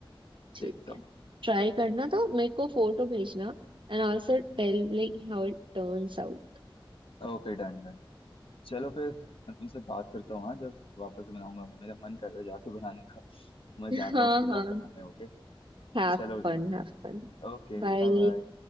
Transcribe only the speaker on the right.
ठीक
है
ट्राई करना तो मेरे को फोटो भेजना and also tell like how it turns out
हाँ
हाँ
Have
fun have fun
Bye